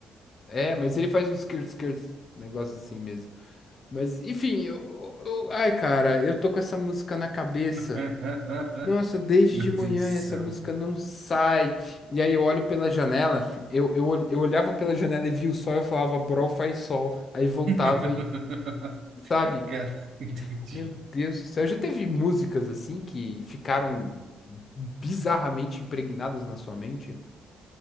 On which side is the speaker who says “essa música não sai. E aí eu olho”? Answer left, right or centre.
Left